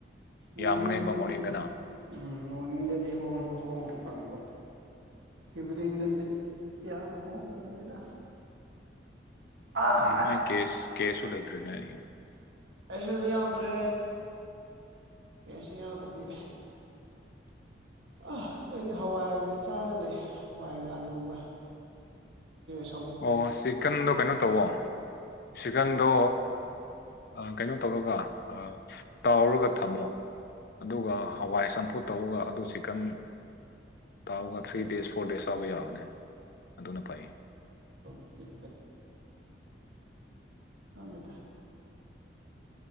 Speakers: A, on the right; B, on the left.
A: ꯃꯣꯔꯅꯤꯡꯗꯗꯤ
B: ꯌꯥꯝꯒꯅꯦꯕ ꯃꯣꯔꯅꯤꯡꯗꯅ
A: ꯎꯝ ꯃꯣꯔꯅꯤꯡꯗꯗꯤ ꯍꯣꯡꯁꯨ ꯍꯣꯡ ꯐꯪꯕ ꯌꯕꯗꯤꯡꯗꯗꯤ ꯌꯥꯝ ꯍꯣꯡꯗꯕꯅꯤꯗ ꯑꯥ
B: ꯎ ꯑꯩ ꯀꯁ ꯀꯦꯁꯁꯨ ꯂꯩꯇ꯭ꯔꯦꯅꯦ ꯑꯩ
A: ꯑꯩꯁꯨꯗꯤ ꯌꯥꯎꯗ꯭ꯔꯦ ꯀꯦꯁꯨ ꯌꯥꯎꯗꯗꯤ ꯑ ꯑꯩꯗꯤ ꯍꯋꯥꯏꯒ ꯆꯥꯔꯒ ꯂꯩ ꯍꯋꯥꯏꯒ ꯑꯂꯨꯒ ꯁ
B: ꯑꯣ ꯆꯤꯀꯟꯗꯣ ꯀꯩꯅꯣ ꯇꯋꯣ ꯁꯤꯀꯟꯗꯣ ꯀꯩꯅꯣ ꯇꯧꯔꯒ ꯇꯥꯎꯔꯒ ꯊꯝꯃꯣ ꯑꯗꯨꯒ ꯍꯋꯥꯏ ꯆꯝꯐꯨ ꯇꯧꯒ ꯑꯗꯨ ꯆꯤꯛꯀꯟ ꯇꯧꯑꯒ ꯊ꯭ꯔꯤ
A: ꯆꯤꯛ
B: ꯗꯦꯖ ꯐꯣꯔ ꯗꯦꯖ ꯆꯥꯕ ꯌꯥꯕꯅꯦ ꯑꯗꯨꯅ ꯐꯩ
A: ꯄꯗꯦ ꯀꯗ